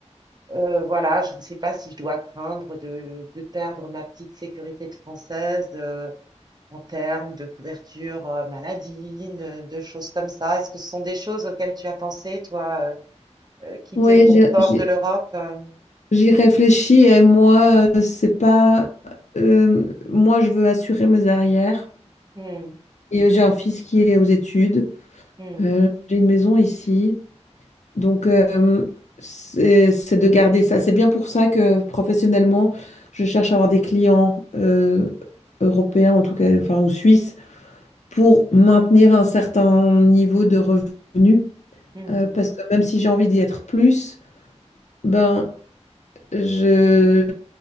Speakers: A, on the right; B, on the left.
A: euh, voilà, je ne sais pas si je dois craindre de, de perdre ma petite sécurité de française. euh, en termes de couverture euh, maladie, de, de choses comme ça. Est-ce que ce sont des choses auxquelles tu as pensé, toi, euh, euh, quitter
B: Oui,
A: le confort
B: j'ai j'ai-
A: de l'Europe? euh,
B: J'y réfléchis et moi, euh, c'est pas. euh, moi, je veux assurer mes arrières.
A: hmm,
B: Et euh, j'ai un fils qui est aux études.
A: hmm,
B: Euh, j'ai une maison ici. Donc, euh, c'est c'est de garder ça. C'est bien pour ça que professionnellement, je cherche à avoir des clients euh, européens, en tout cas, enfin, ou suisses, pour maintenir un certain niveau de revenus.
A: hmm,
B: Euh, parce que même si j'ai envie d'y être plus, ben. Je,